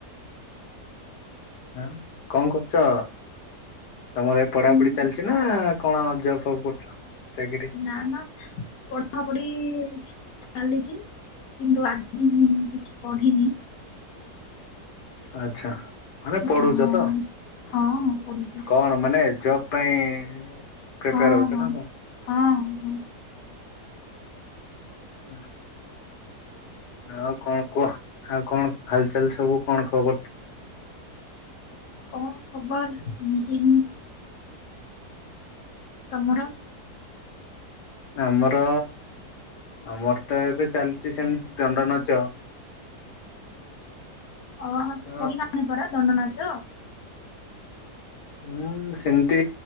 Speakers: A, on the left; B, on the left.
A: ଆଁ କଣ କରୁଛ? ତମର ଏ ପଢାପଢି
B: ହଁ
A: ଚାଲିଛି ନା କଣ ଜବ୍ ଫବ୍ କରୁଛ ଚାକିରି?
B: ନା ନା ପଠାପଢି ଚାଲିଛି କିନ୍ତୁ ଆଜି ମୁଁ କିଛି ପଢିନି।
A: ଆଚ୍ଛା ମାନେ ପଢୁଛ
B: ହଁ
A: ତ
B: ହଁ ହଁ ପଢୁଛି
A: କଣ? ମାନେ ଜବ୍ ପାଇଁ- ପ୍ରିପେୟାର
B: ହଁ
A: ହଉଛ
B: ହଁ
A: ନା କଣ?
B: ହଁ ହଁ।
A: <unintelligible> ଆଉ କଣ କୁହ ଆଉ କଣ ହାଲଚାଲ ସବୁ କଣ ଖବର?
B: କଣ ଖବର ଏମିତି ହିଁ, ତମର?
A: ଆମର ଆମର ତ ଏବେ ଚାଲିଛି ସେମତି ଦଣ୍ଡ ନାଚ।
B: ଓ ହ
A: ତ
B: ସେ ସରିଲାଣି ପରା ଦଣ୍ଡନାଚ?
A: ହୁଁ ସେମତି